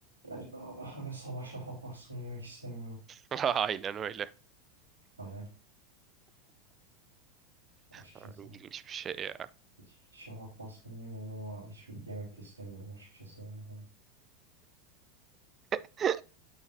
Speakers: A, on the right (about 80°); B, on the right (about 30°).
A: Bence de abi hani sabah şafak baskını yemek istemiyorum.
B: <laughs> Aynen öyle.
A: Hani açıkçası
B: Ha, İlginç bir şey ya.
A: hiç şafak baskını yemedim ama hiçbir yemek de istemiyorum açıkçası yani. Hani.
B: <laughs>